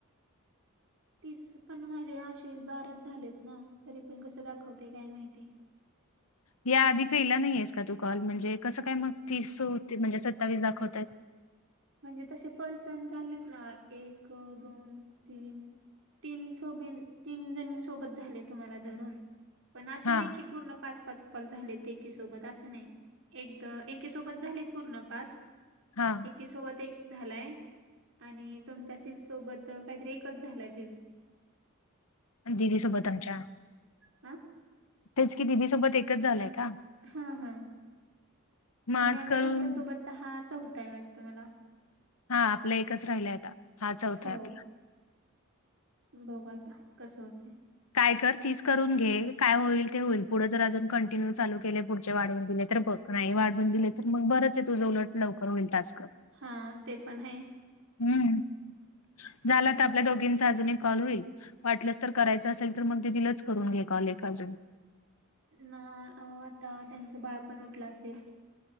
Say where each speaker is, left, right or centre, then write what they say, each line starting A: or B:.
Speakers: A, on the right; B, on the left.
A: तीस पण माझे अशे बाराच झालेत ना तरी पण कसं दाखवतय काय माहिती
B: या आधी केला नाहीेयस का तू कॉल म्हणजे कसं काय मग तीस होते म्हणजे सत्तावीस दाखवतायत
A: म्हणजे तसे पर्सन झालेत ना एक दोन तीन तीन सोबीन तीन जणी सोबत झाले तुम्हाला धरून पण असं
B: हा
A: नाही की पूर्ण पाच पाच कॉल झालेत एकीसोबत असं नाही एकदा एकी सोबत झालेत पूर्ण पाच
B: हा
A: एकीसोबत एक झालाय आणि तुमच्या सिस सोबत काहीतरी एकच झालाय बेबी
B: दिदी सोबत आमच्या.
A: आ.
B: तेच की दिदी सोबत एकच झालंय का.
A: हा हा
B: मग आज
A: आणि आता
B: करून
A: तुमच्यासोबतचा हा चौथाय वाटतं मला.
B: हा आपलं एकच राहिलंय आता हा चौथाय
A: हो
B: आपला.
A: बघू आता कस होतय
B: काय कर तीस करून घे काय होईल ते होईल पुढे जर अजून कंटिन्यू चालू केले पुढचे वाढवून दिले तर बघ. नाही वाढवून दिले तर मग बरच आहे तुज उलट लवकर होईल टास्क
A: हा ते पण हाय
B: हम्म. झाला
A: हम्म
B: त आपल्या दोघींचा अजून एक कॉल होईल. वाटलंस तर करायचं असेल तर मग दिदिलाच करून घे कॉल एक अजून.
A: ना अ आता त्यांचं बाळ पण उठलं असेल.